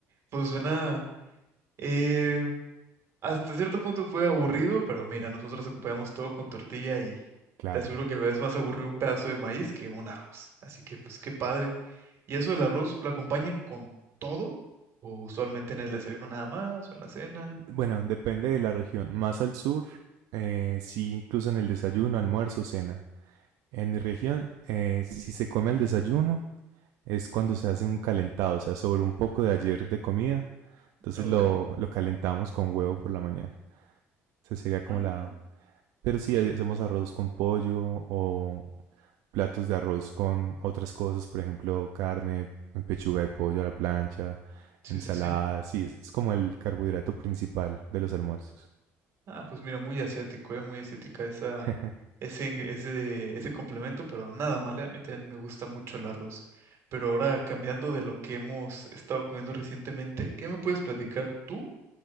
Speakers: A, on the right; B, on the right.
A: pues suena... Eh, Hasta cierto punto fue aburrido, pero mira, nosotros acompañamos todo con tortilla y
B: claro.
A: te aseguro que es más aburrido un pedazo de maíz que un arroz. Así que pues qué padre. ¿Y eso del arroz lo acompañan con todo? ¿O usualmente en el desayuno nada más o en la cena?
B: Bueno, depende de la región. Más al sur, eh, sí, incluso en el desayuno, almuerzo, cena. En mi región, eh, si se come al desayuno, es cuando se hace un calentado, o sea, sobre un poco de ayer de comida. Entonces
A: Ah, Ok.
B: lo, lo calentamos con huevo por la mañana. Esa sería como
A: Ah,
B: la...
A: mira.
B: Pero sí, hacemos arroz con pollo o platos de arroz con otras cosas, por ejemplo, carne, pechuga de pollo a la plancha,
A: Sí,
B: ensalada.
A: sí, sí.
B: Sí, es, es como el carbohidrato principal de los almuerzos.
A: Ah, pues mira, muy asiático, eh, muy asiática esa,
B: <laughs>
A: ese, ing- ese, ese complemento, pero nada mal, eh, A mí también me gusta mucho el arroz. Pero ahora cambiando de lo que hemos estado comiendo recientemente, ¿qué me puedes platicar tú?